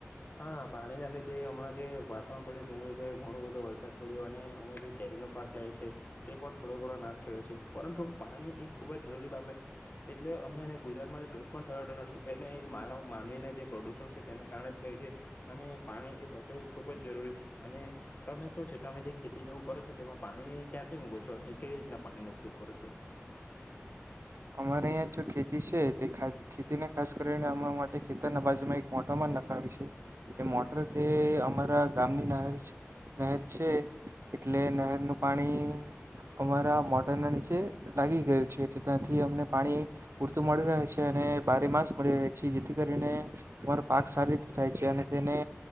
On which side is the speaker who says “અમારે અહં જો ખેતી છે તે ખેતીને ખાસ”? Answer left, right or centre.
Right